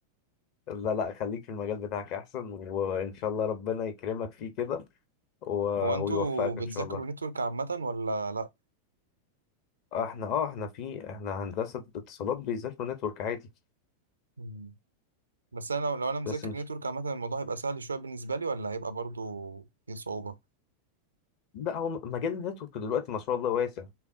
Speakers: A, on the left; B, on the right.
A: لا لا خليك في المجال بتاعك احسن وان شاء الله ربنا يكرمك فيه كده و-
B: هو انتوا
A: ويوفقك
B: بتذاكروا
A: ان شاء الله
B: نتورك عامة ولا لا
A: آه، احنا اه احنا في احنا هندسه اتصالات بيذاكروا نتورك عادي
B: مم. بس انا لو لو انا مذاكر
A: بس
B: نتورك عامة الموضوع هيبقى سهل شوية بالنسبة لي ولا هيبقى برضو فيه صعوبة
A: لا هو مجال النتورك دلوقتي ما شاء الله واسع